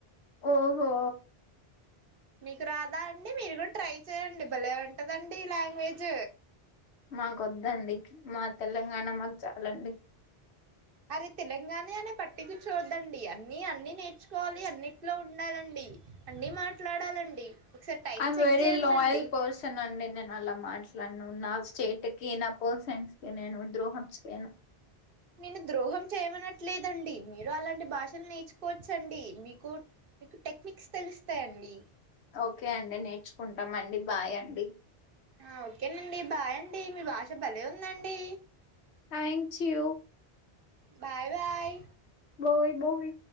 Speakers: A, on the left; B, on the right.
A: ఓహో
B: మీకు రాదా అండి మీరు కూడా ట్రై చేయండి భలే ఉంటదండి ఈ లాంగ్వేజ్
A: మాకొద్దండి మా తెలంగాణ మాక్చాలండి.
B: అరే తెలంగాణ అనే పట్టిక చూడోద్దండి. అన్ని అన్ని నేర్చుకోవాలి అన్నిట్లో ఉండాలండి. అన్నీ మాట్లాడాలండి ఒకసారి time
A: I'm
B: check
A: very
B: చేయండండి
A: loyal పర్సన్ అండి నేనల మాట్లాడ ను నా స్టేట్ కి, నా పర్సన్స్ కి నేను ద్రోహం చేయను.
B: నేను ద్రోహం చేయమనట్లేదండి. మీరు అలాంటి భాషలు నేర్చుకోవచ్చండి మీకు మీకు టెక్నిక్స్ తెలుస్తాయండి?
A: ఓకే అండి నేర్చుకుంటామండి బాయ్ అండి.
B: ఆ ఓకేనండి. బాయండి మీ భాష భలే ఉందండీ.
A: థ్యాంచుయి
B: బాయ్ బాయ్
A: బోవి బోవి